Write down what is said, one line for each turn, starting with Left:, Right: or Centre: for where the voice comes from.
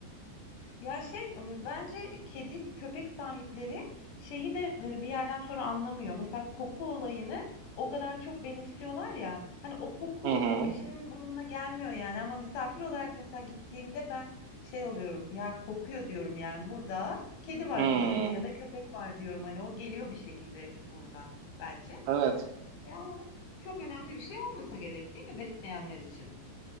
Left: Ya şey e, bence kedi köpek sahipleri şeyi de e, bir yerden sonra anlamıyor. Mesela koku olayını o kadar çok benimsiyorlar ya. Hani o koku
Right: Hı hı.
Left: o kişinin burnuna gelmiyor yani ama misafir olarak mesela gittiğimde ben şey oluyorum. Ya kokuyor diyorum yani burada kedi var
Right: Hı.
Left: bu evde ya da köpek var diyorum. Hani o geliyor bir şekilde buruna bence.
Right: Evet.
Left: Ya ama çok önemli bir şey olmasa gerek değil mi besleyenler için?